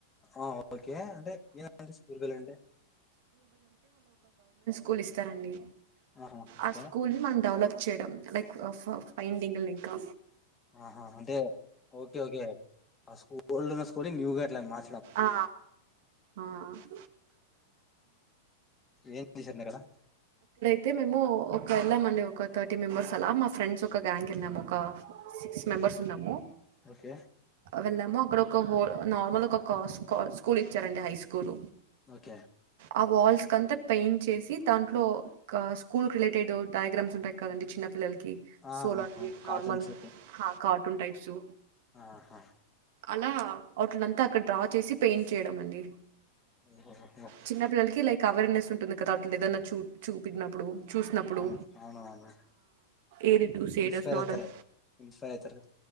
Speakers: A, on the left; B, on the right.
A: ఆ ఓకే అంటే ఏ స్కూల్ బెల్ అంటే
B: కుులిస్ చరండి
A: ఆహా ఓకే
B: ఆ స్కూల్ మనం డావల చేయడం లైక్ ఫైండింగ్లు ఇంకా
A: ఆహా అంటే ఓకే ఓకే ఆ స్కూల్ ఓల్డ్ ఉన్న స్కూల్ న్యూగా మా
B: ఆ ఆ ఆహ్
A: ఏం చేశారు న కడ
B: అయితే మేము ఒక వెళ్ళామండి ఒక థర్ ర్టీ మెంబర్స్ అలా మా ఫ్రెంస్ ఒక బ్యాంక్ ఏళ్ళాం ఆ ఒక సిక్స్ మెంబర్స్ ఉన్నాము
A: ఓకే
B: వెళ్ళాము అక్కడ ఒక హోల్ నార్మల్ ఒక స్కూల్ ఇచ్చారండి హై స్కూల్
A: ఓకే
B: ఆ వాల్స్ ంతా పెయింట్ చేసి దాంట్లో క్క స్కూల్ రిలేటెడ్ డయాగ్రామ్స్ ఉంటాయి కదండి చిన్న పిల్లల కి
A: ఆ
B: సో
A: అవునవును
B: అలాంటివి
A: కాటన్స్
B: నార్మల్ కా కార్టూన్ టైప్ చు
A: ఆహా
B: అలా వాట్లంతా అక్కడ డ్రా చేసి పెయింట్ చేయడం అండి
A: ఓహోహో
B: చిన్న పిల్లలకి లై అవేర్నెస్ ఉంటుంది కదా అట్టి ఏదన్నా చూ చూపటినప్పుడు చూసినప్పుడు
A: అవును అవునవును
B: ఏది టూ సేడర్స్
A: ఇన్స్పైర్
B: నాట్న్
A: అయితారు ఇన్స్పైర్ అయితారు